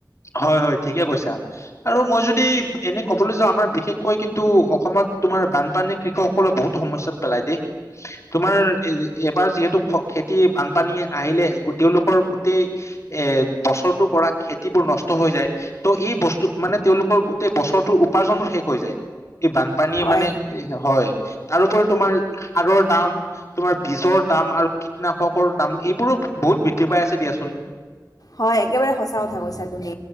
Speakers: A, on the left; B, on the left.
A: হয় হয় ঠিকে কৈছা। আৰু মই যদি এনে কবলৈ যাওঁ আমাৰ বিশেষ কৈ কিন্তু অসমত তোমাৰ বানপানী কৃষকসকলক বহুত সমস্যাত পেলাই দেই। তোমাৰ এইবাৰ যিহেতু খেতি বানপানীয়ে আহিলে তেওঁলোকৰ গোটেই এ বছৰটো কৰা খেতিবোৰ নষ্ট হৈ যায় ত' এই বস্তু, মানে তেওঁলোকৰ গোটেই বছৰটোৰ উপাৰ্জনো শেষ হৈ যায়। এই বানপানীয়ে
B: হয়
A: মানে, হয়। তাৰোপৰি তোমাৰ সাৰৰ দাম। তোমাৰ বীজৰ দাম আৰু কীটনাশকৰ দাম, এইবোৰো বহুত বৃদ্ধি পাই আছে দিয়াচোন। উ <unintelligible>
B: হয়, একেবাৰে সঁচা কথা কৈছা তুমি,